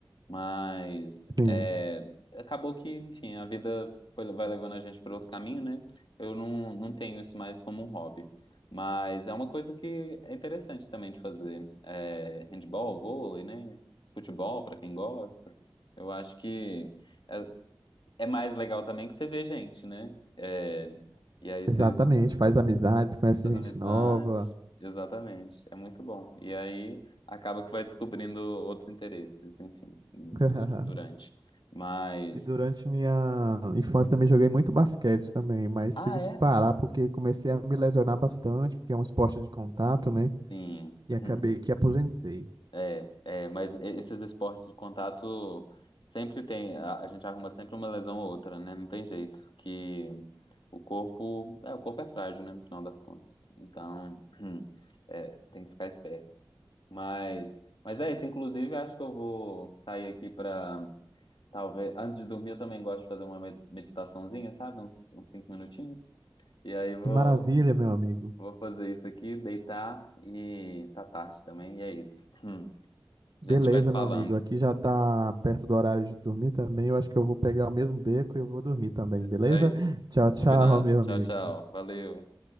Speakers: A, on the left; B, on the right.
A: Mas
B: Sim,
A: é, acabou que, enfim, a vida foi- vai levando a gente para outro caminho, né? Eu não, não tenho isso mais como um hobby. Mas é uma coisa que é interessante também de fazer. É, handball, vôlei, né? Futebol, para quem gosta. Eu acho que é, é mais legal também que você vê gente, né? É, e aí
B: exatamente,
A: você
B: faz amizades, conhece
A: faz
B: gente
A: amizade.
B: nova.
A: Exatamente. É muito bom. E aí acaba que vai descobrindo outros interesses, enfim, du-
B: <laughs>
A: durante. Mas.
B: E durante minha infância também joguei muito basquete também, mas
A: Ah,
B: tive
A: é?
B: que parar porque comecei a me lesionar bastante, porque é um esporte de contato, né?
A: Sim.
B: E acabei
A: Hum.
B: que aposentei.
A: É, é, mas e- esses esportes de contato sempre tem, a, a gente arruma sempre uma lesão ou outra, né? Não tem jeito, que o corpo, é, o corpo é frágil, né, no final das contas. Então, <clears throat> é, tem que ficar esperto. Mas, mas é isso, inclusive, acho que eu vou sair aqui pra, talvez, antes de dormir eu também gosto de fazer uma med- meditaçãozinha, sabe? Uns, uns cinco minutinhos. E aí vou,
B: Que maravilha, meu amigo.
A: vou fazer isso aqui, deitar e tá tarde também, e é isso. <clears throat>
B: Beleza,
A: A gente vai se falando.
B: meu amigo. Aqui já tá perto do horário de dormir também. Eu acho que eu vou pegar o mesmo beco e eu vou dormir também, beleza?
A: É isso.
B: Tchau, tchau,
A: Combinado.
B: meu amigo.
A: Tchau, tchau. Valeu.